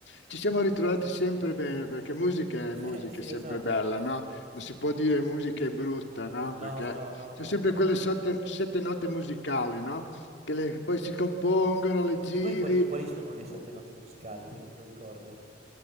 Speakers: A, on the left (about 65°); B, on the right (about 40°).
A: ci siamo ritrovati sempre bene perché musica è
B: <laughs>
A: musica,
B: Eh, sì,
A: è sempre
B: esatto.
A: bella, no? Non si può dire musica è brutta, no? Perché
B: No, no, no, no.
A: sono sempre quelle sette, sette note musicali, no? Che le- poi si compongono, le giri,
B: Che poi quali
A: eh,
B: quali sono le 7 note musicali che non me lo ricordo?